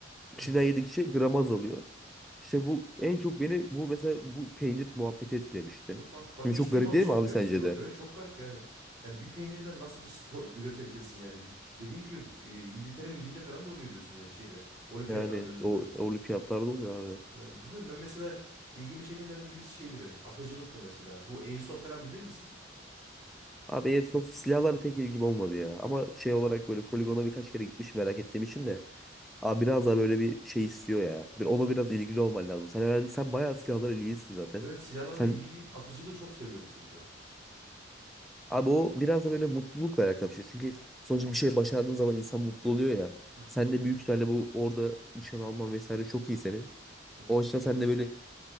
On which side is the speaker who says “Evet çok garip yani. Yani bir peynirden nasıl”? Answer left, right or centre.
Right